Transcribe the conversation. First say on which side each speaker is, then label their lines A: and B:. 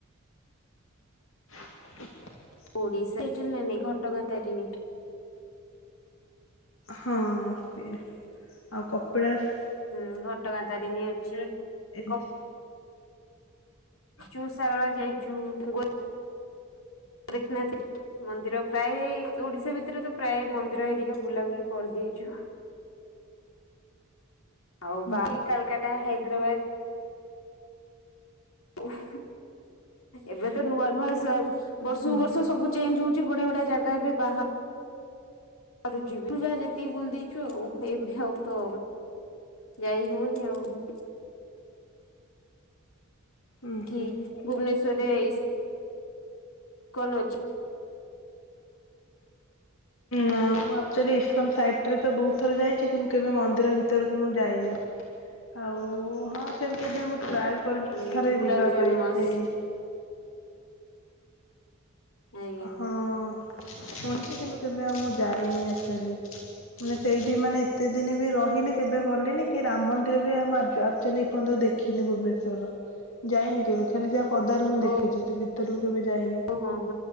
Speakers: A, on the left; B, on the left.
A: <inaudible>
B: ଓଡିଶା ଜିଲ୍ଲା ନାଇଁ ଘଟଗାଁ ତାରିଣୀ
A: ହଁ ଇଏ ଆଉ କ ପଲାସ
B: ହୁଁ ଘଟଗାଁ ତାରିଣୀ ଅଛି
A: ଏମିତି
B: କ ଚୁ ସାରଳା ଯାଇଛୁ ଗୋ ଗୋଖନାଥ ମନ୍ଦିର ପ୍ରାୟ ଓଡିଶା ଭିତରେ ତ ପ୍ରାୟ ମନ୍ଦିର ହେଇରିକା ବୁଲାବୁଲି କରିଦେଇଛୁ ଆଉ
A: ହୁଁ
B: ବା
A: ହୁଁ
B: କାଲକାଟା ହାଇ ହାଇଦ୍ରାବାଦ ଉଃ ଏବେ ତ ନୁଆ ନୂଆ ସ ବର୍ଷକୁୁ
A: ହୁଁ
B: ବର୍ଷ
A: ହୁଁ
B: ସବୁ ଚେଞ୍ଜ ହଉ ବଢିଆ ବଡ଼ିଆ ଜାଗା ବି ବା ବାହାରୁଛି ତୁ ଯା ଯେତିକି ବୁଲି ଦେଇଛୁ ଆଉ ଏବେ ଆଉ ତ ଯାଇ ହଉନି ଆଉ
A: ହୁଁ ହୁଁ
B: ଠିକ ଭୁବନେସ୍ଵର <unintelligible> କନଅଛି
A: ନା ମୁଁ ଆକ୍ଚୁଆଲି ଇସକନ ସାଇଟରେ ତ ବହୁତ ଥର ଯାଇଛି କିନ୍ତୁ କେବେ ମନ୍ଦିର ଭିତରକୁ ମୁଁ ଯାଇନି ଆଉ ହଁ ସେମିତି ଯଦି ଆମ ଟ୍ରାଏଲ କରି
B: ହୁଁ
A: ଥରେ
B: ପୁରା
A: ଯିବା
B: ଫେମସ
A: ପାଇଁ ସେ
B: ଆଜ୍ଞା।
A: ହଁ <unintelligible> କି କିନ୍ତୁ କେବେ ଆଉ ମୁଁ ଯାଇନି ଆଚୁଆଲି ମାନେ ସେଇଠି ମାନେ ଏତେ ଦିନ ବି ରହିଲି। କେବେ ଗଲିନି କି ରାମ ମନ୍ଦିର ବି ଆ ଏପର୍ଯ୍ୟନ୍ତ ଦେଖିନି ଭୁବନେଶ୍ୱର ର ଯାଇନି କେବେ ଖାଲି ଯାହା ପଦାରୁ ମୁଁ
B: ଓହୋ
A: ଦେଖିଛି ତୁ ଭିତରରୁ କେବେ ଯାାଇନି
B: ହୋ